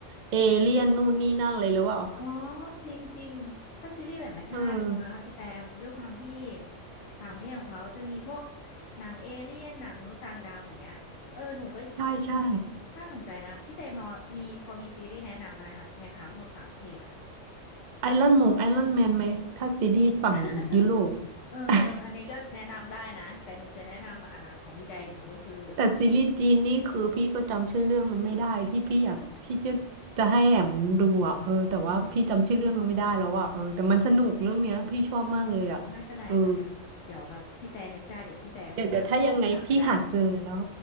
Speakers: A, on the right; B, on the left.
A: เอเลี่ยนนู่นนี่นั่นเลยหรือเปล่า
B: อ๋อจริงจริงถ้าซีรีส์แบบนั้นก็น่าดูนะคะพี่แต่ด้วยความที่
A: <laughs> เออ
B: ต่างประเทศของเขาจะมีพวกหนังเอเลี่ยนหนังมนุษย์ต่างดาวอย่างเงี้ยเออหนูก็
A: ใช่ใช่
B: น่าสนใจนะพี่เตมอมีพอมีซีรีส์แนะนำหน่อยค่ะไหมคะพวกต่างประเทศอ่ะ
A: ไอรอนมงไอรอนแมนไหมถ้าซีรีส์ฝั่งยุโรป
B: <laughs> เออเอออันนี้ก็แนะนำได้นะแต่หนูจะแนะนำอ่าของพี่แต่อย่างหนึงก็คือ
A: <laughs> แต่ซีรีส์จีนนี่คือพี่ก็จำชื่อเรื่องมันไม่ได้ที่พี่อยากที่จะจะให้แอมดูอ่ะเออแต่ว่าพี่จำชื่อเรื่องมันไม่ได้แล้วอ่ะเออแต่มันสนุกเรื่องเนี้ยพี่ชอบมากเลยอ่ะเออ
B: อ๋ออ๋ออืมอืมไม่เป็นไรค่ะเดี๋ยวเดี๋ยวแบบพี่แต่นึกได้เดี๋ยวพี่แต่ส่งมาให้น้องทีหลังก็ได้
A: เดี๋ยวเดี๋ยวถ้ายังไงพี่หาเจอแล้ว